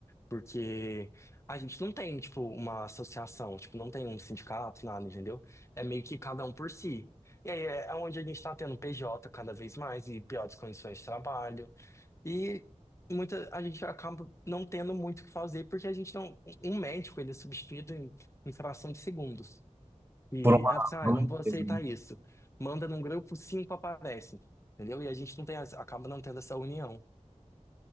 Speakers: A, on the left (about 25°); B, on the right (about 15°).
A: Porque a gente não tem, tipo, uma associação, tipo, não tem um sindicato, nada, entendeu? É meio que cada um por si. E aí é onde a gente está tendo PJ cada vez mais e piores condições de trabalho. E muita, a gente acaba não tendo muito o que fazer, porque a gente não. Um médico, ele é substituído em, em fração de segundos. E,
B: por uma,
A: ah, você, ah,
B: por
A: eu
B: uma
A: não
B: empresa,
A: vou aceitar
B: né?
A: isso. Manda num grupo, cinco aparecem. Entendeu? E a gente não tem, essa- acaba não tendo essa união.